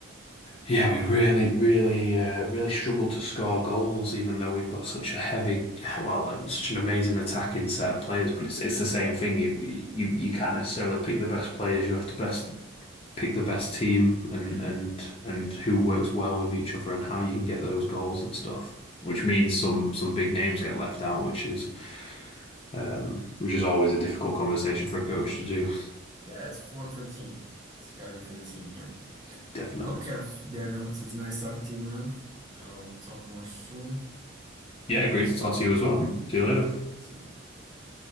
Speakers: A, on the left (about 30°); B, on the right (about 20°).
A: Yeah, we really, really, uh, really struggle to score goals, even though we've got such a heavy, well, and such an amazing attacking set of players. But it's it's the same thing. You you you can't necessarily pick the best players. You have to best pick the best team and
B: Yeah,
A: and and who works well with each other and how you can get those goals and stuff. Which
B: yep,
A: means
B: yep, yep.
A: some some big names get left out, which is um, which is
B: I
A: always
B: mean,
A: a difficult conversation for a coach to do.
B: yeah, it's one for the team. It's got to be for the team. Yep.
A: Definitely.
B: Okay, Daniel, it was nice talking to you, man. Uh, we'll talk more soon.
A: Yeah, great
B: Thanks
A: to
B: a
A: talk
B: lot.
A: to you as well. See
B: Okay,
A: you later.
B: see you, man. Bye.